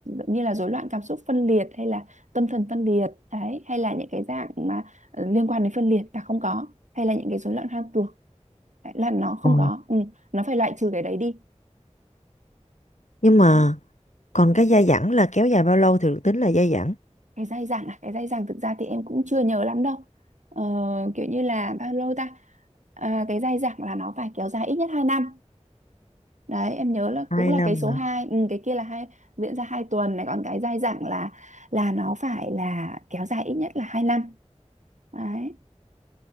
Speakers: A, on the right (about 80°); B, on the left (about 75°).
A: như là rối loạn cảm xúc phân liệt hay là tâm thần phân liệt đấy hay là những cái dạng mà ờ, liên quan đến phân liệt là không có hay là những cái rối loạn hoang tưởng đấy, là nó không
B: ồ
A: có ừ, nó phải loại trừ cái đấy đi
B: nhưng
A: đó
B: mà còn cái dai dẳng là kéo dài bao lâu thì được tính là dai dẳng
A: cái dai dẳng à cái dai dẳng thực ra thì em cũng chưa nhớ lắm đâu Ờ, kiểu như là bao lâu ta à, cái dai dẳng là nó phải kéo dài ít nhất hai năm đấy em nhớ là
B: hai
A: cũng là
B: năm
A: cái số
B: mà
A: hai ừ, cái kia là hai diễn ra 2 tuần này còn cái dai dẳng là là nó phải là kéo dài ít nhất là hai năm đấy